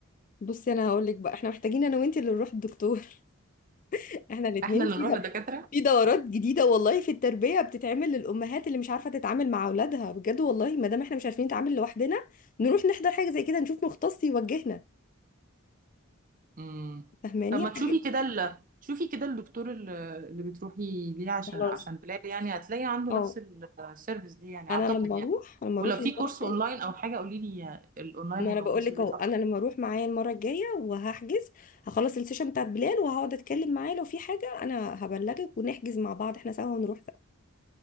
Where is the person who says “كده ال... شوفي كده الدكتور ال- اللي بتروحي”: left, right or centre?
Right